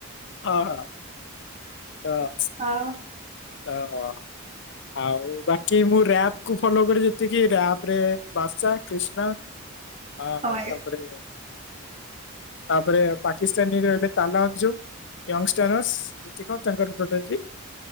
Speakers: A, on the left; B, on the right.
A: ହଁ। ହଁ।
B: ହଉ।
A: ଅ ହ। ଆଉ ବାକି ମୁଁ ରାପ କୁ ଫଲୋ କରି ଯେତିକି ରାପରେ ବାସା କ୍ରିଷ୍ଣା
B: <inaudible>
A: ହଁ
B: ହୁଁ
A: ତାପରେ ତାପରେ ପାକିସ୍ତତାନ ର ହିଲେ। ତା ନା ଅଜୁ ୟଙ୍ଗ ଷ୍ଟାର ଅସ୍ ଯେତିକ ତାଙ୍କର। <unintelligible>